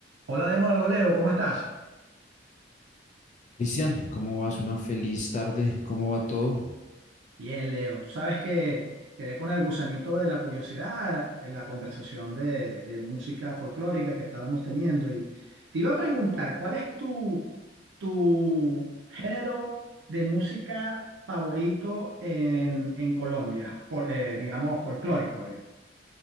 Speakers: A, on the right; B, on the left.
A: Hola de nuevo, Leo, ¿cómo estás?
B: Cristian, ¿cómo vas? Una feliz tarde. ¿Cómo va todo?
A: Bien, Leo, tú sabes que quedé con el gusanito de la curiosidad en la conversación de, de música folclórica que estábamos teniendo y te iba a preguntar, ¿cuál es tu, tu género de música favorito en, en Colombia? Fol- eh, digamos, folclórico. eh.